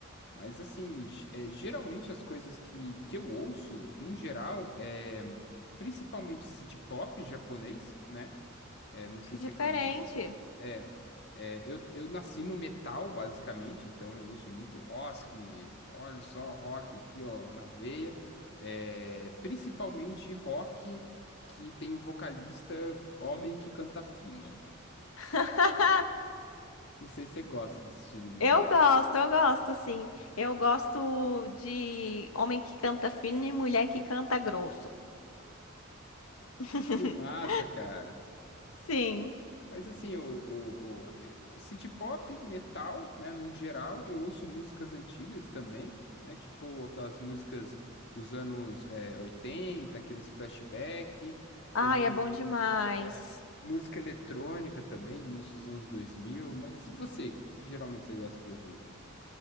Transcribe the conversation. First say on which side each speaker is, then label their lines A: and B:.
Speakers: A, on the left; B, on the left.
A: Mas assim, ge- eh, geralmente as coisas que, que eu ouço, num geral, é principalmente city pop japonês, né? É, não sei
B: Que
A: se
B: diferente.
A: você conhece. É, É, eu, eu nasci no metal, basicamente, então eu ouço muito rock, olha só, rock aqui, ó, na veia. É, principalmente rock que tem um vocalista homem que canta fino.
B: <laughs>
A: Não sei se você gosta desse estilo de
B: Eu
A: música.
B: gosto, eu gosto, sim. Eu gosto de homem que canta fino e mulher que canta grosso. <laughs>
A: Que massa, cara!
B: Sim.
A: Mas assim, o, o, o- eu- city pop, metal, né, num geral, eu ouço músicas antigas também, né, tipo aquelas músicas dos anos é, 80, aqueles flashback,
B: Ai,
A: também
B: é
A: eu
B: bom demais.
A: É, música eletrônica também, início dos anos dois mil mas e você? O que, que geralmente você gosta de ouvir?